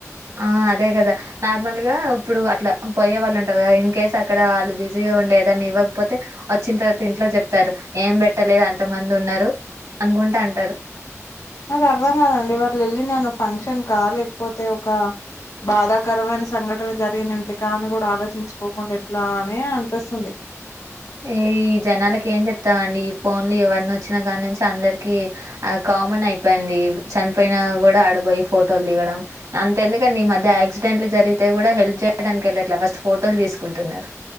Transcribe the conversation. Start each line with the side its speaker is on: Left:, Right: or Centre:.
Right: ఆ అదే గదా నార్మల్గా ఇప్పుడు అట్లా పొయ్యే వాళ్ళు ఉంటారు కదా ఇన్ కేస్ అక్కడ వాళ్ళు బిజీగా ఉండే ఏదన్నా ఇవ్వకపోతే వచ్చిన తర్వాత ఇంట్లో చెప్తారు ఏం పెట్టలేదు అంత మంది ఉన్నారు అనుకుంటా అంటారు
Left: నాకు అర్థం కాదండి వాళ్ళు ఎళ్ళింది ఏమన్నా ఫంక్షన్ కా లేకపోతే ఒక బాధాకరమైన సంఘటన జరిగిన ఇంటికా అని కూడా ఆలోచించుకోకుండా ఎట్లా అని అన్పిస్తుంది
Right: ఏ ఈ జనాలకి ఏం చెప్తామండి ఈ ఫోన్లు ఇవన్నీ వచ్చిన కాని నుంచి అందరికీ ఆ కామన్ అయిపోయింది చనిపోయినా కూడా ఆడపోయి ఫోటోలు దిగడం అంత ఎందుకండి ఈ మధ్య యాక్సిడెంట్లు జరిగితే కూడా హెల్ప్ చెయ్యడానికి ఎళ్ళట్లా ఫస్ట్ ఫోటోలు తీసుకుంటున్నారు